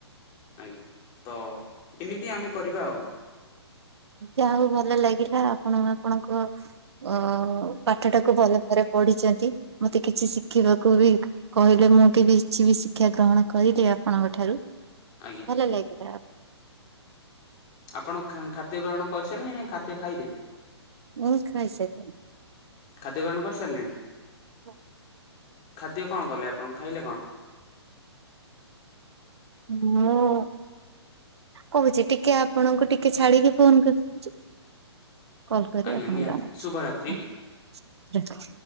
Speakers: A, on the left; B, on the right.
A: ଆଜ୍ଞା ତ ଏମିତି ଆମେ କରିବା ଆଉ।
B: ଯାହା ହଉ ଭଲ ଲାଗିଲା ଆପଣ ଆପଣଙ୍କ ଅ ପାଠଟାକୁ ଭଲ ଭରେ ପଢିଚନ୍ତି ମତେ କିଛି ଶିଖିବାକୁ ବି କହିଲେ ମୁଁ କେବେ କିଛି ବି ଶିକ୍ଷା ଗ୍ରହଣ କରିଲି ଆପଣଙ୍କ ଠାରୁ
A: ଆଜ୍ଞା
B: ଭଲ ଲାଗିଲା ଆଉ।
A: ଆପଣ ଖାଦ୍ୟ ଗ୍ରହଣ କରିସାରିଲଣି ନାଁ ଖାଦ୍ୟ ଖାଇବେ?
B: ମୁଁ ଖାଇସାରିଲିଣି।
A: ଖାଦ୍ୟ ଗ୍ରହଣ କରିସାରିଲେଣି?
B: ହଁ।
A: ଖାଦ୍ୟ କଣ କଲେ ଆପଣ ଖାଇଲେ କଣ?
B: ମୁଁ କହୁଛି ଟିକେ ଆପଣଙ୍କୁ ଟିକେ ଛାଡ଼ିକି ଫୋନ୍ କରୁଚି କଲ୍ କରି
A: ଆଜ୍ଞା
B: ଆପଣଙ୍କୁ
A: ନିହାତି
B: ଜଣଉଛି
A: ଶୁଭରାତ୍ରି।
B: ଆଜ୍ଞା ରଖ।